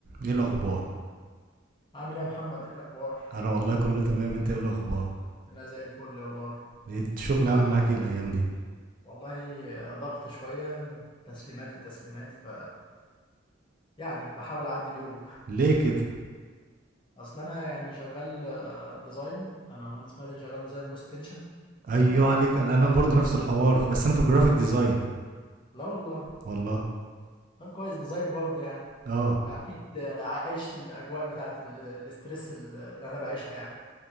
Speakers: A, on the right; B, on the left.
A: ايه الاخبار
B: عامل ايه يا محمد ايه الاخبار
A: انا والله كله تمام انت ايه الاخبار
B: انا زي الفل والله
A: إيه الشغل عامل معاك ايه الايام دي
B: والله آه، ضغط شويه تسليمات في تسليمات ف يعني بحاول اعدي اليوم
A: ليه كده
B: اصل انا يعني شغال آه، ديزاين انا مهندس مدني شغال ديزاين بوست تنشن
A: ايوه عليك انا انا برضه نفس الحوار بس انا في جرافيك ديزاين
B: لا والله
A: والله
B: طب كويس ديزاين برضه يعني
A: اه
B: فاكيد آه، عايش الاجواء بتاعت ال- الاسترس ال- اللي انا بعيشها يعني